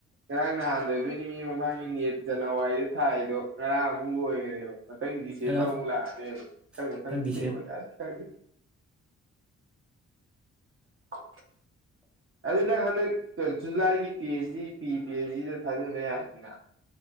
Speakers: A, on the right (about 45°); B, in the centre.
A: ꯉꯔꯥꯡ ꯅꯍꯥꯟꯗ ꯑꯣꯏꯕꯣꯏ ꯅꯤꯡꯏ ꯃꯃꯥꯡꯒꯤ ꯅꯤꯠ ꯖꯅꯋꯥꯔꯤꯗ ꯊꯥꯏꯗꯣ ꯉꯔꯥꯡꯃꯨꯛ ꯂꯣꯏꯈꯔꯦꯕ ꯃꯊꯪ ꯗꯤꯁꯦꯝꯕꯔ
B: ꯈꯔ
A: ꯑꯃꯨꯛ ꯂꯥꯛꯑꯅꯦꯦꯕ ꯃꯊꯪ ꯃꯊꯪ
B: ꯈꯤꯇꯪ ꯗꯤꯁꯦꯞ
A: ꯗꯤꯁꯦꯝꯕꯔꯗꯗꯤ ꯈꯪꯗꯦ ꯑꯣ ꯑꯗꯨ ꯅꯪ ꯍꯟꯗꯛ ꯖꯨꯂꯥꯏꯒꯤ ꯄꯤ ꯑꯩꯆ ꯗꯤ ꯄꯤ ꯄꯤ ꯑꯩꯆ ꯗꯤꯗ ꯊꯥꯖꯤꯟꯕ ꯌꯥꯕꯅꯤꯅ